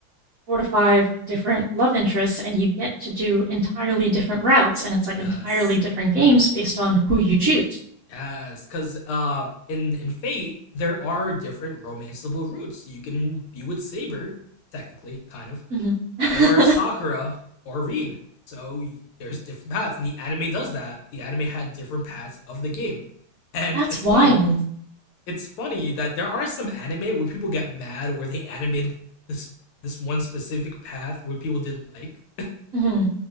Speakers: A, on the right; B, on the left.
A: four to five different love interests and you get to do entirely different routes and it's like
B: Yes.
A: entirely different games based on who you choose.
B: Yes, because uh, in in Fate there are different romanceable routes. You can be with Saber, technically, kind of.
A: hmm <laughs>
B: or Sakura or Reen. So there's different paths, and the anime does that. The anime had different paths of the game, and
A: That's
B: it's
A: wild.
B: funny. It's funny that there are some anime where people get mad where they animated this this one specific path where people didn't like,
A: hmm